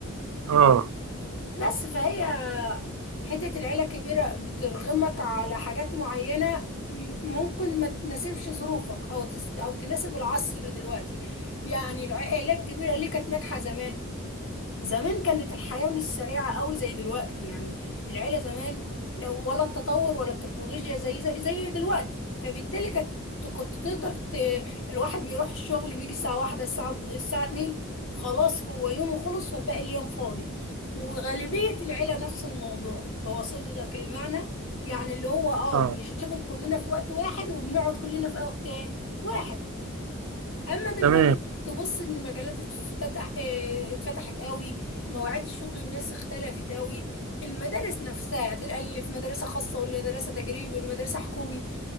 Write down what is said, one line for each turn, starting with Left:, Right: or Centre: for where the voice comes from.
Right: اه
Left: بس فهي حته العيله الكبيره بترغمك على حاجات معينه م- ممكن ما تناسبش ظروفك او تز... او تناسب العصر دلوقتي يعني العائلات الكبيره ليه كانت ناجحه زمان زمان كانت الحياة مش سريعة قوي زي دلوقتي يعني العيلة زمان ولا التطور ولا التكنولوجيا زي زي, زي دلوقتي فبالتالي كانت كنت تقدر ت... الواحد بيروح الشغل بيجي الساعة واحدة الساعة الساعة اتنين خلاص هو يومه خلص وباقي اليوم فاضي وغالبية العيلة نفس الموضوع تواصل لك المعنى يعني اللي هو اه
Right: اه
Left: بنشتغل كلنا في وقت واحد وبنقعد كلنا في وقت واحد اما دلوقتي
Right: تمام
Left: تبص ان المجالات اتفتح اه، اتفتحت قوي مواعيد الشغل الناس اختلفت قوي المدارس نفسها تلقى اللي في مدرسة خاصة واللي مدرسة تجريبي واللي مدرسة حكومي